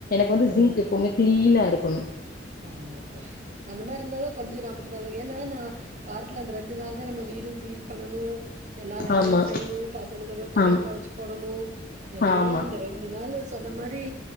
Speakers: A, on the left; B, on the right.
A: வந்து
B: ஓ!
A: ஜிங்க் எப்பவுமே க்ளீன் னா இருக்குணு
B: ஆமா அந்த மாரி இருந்தாதா கொஞ்ச நமக்கு நல்லது ஏன்னா நா வாரத்துல அந்த ரெண்டு நாள் தா நம்ம வீடூ கிளீன் பண்ணனு எல்லா வேலையு
A: ஆமா
B: செய்யணு பசங்கலோட துணிய
A: ஆம்
B: தெவச்சு போடணு எல்லா
A: ஆமா
B: அந்த ரெண்டு நாள்ல சொன்ன மாரி